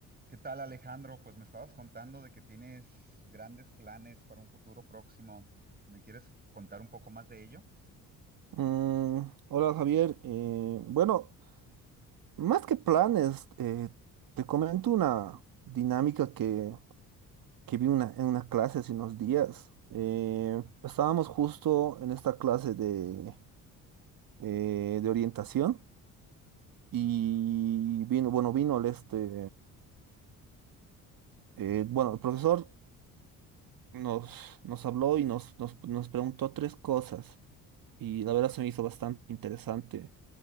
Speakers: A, on the right; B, on the right.
A: ¿Qué tal, Alejandro? Pues me estabas contando de que tienes grandes planes para un futuro próximo. ¿Me quieres contar un poco más de ello?
B: Mm, hola Javier, Eh, bueno, más que planes, eh, te comento una dinámica que, que vi una, en una clase hace unos días. Eh, estábamos justo en esta clase de, eh, de orientación y vino, bueno, vino el este, eh, bueno, el profesor nos, nos habló y nos, nos, nos preguntó tres cosas y la verdad se me hizo bastante interesante.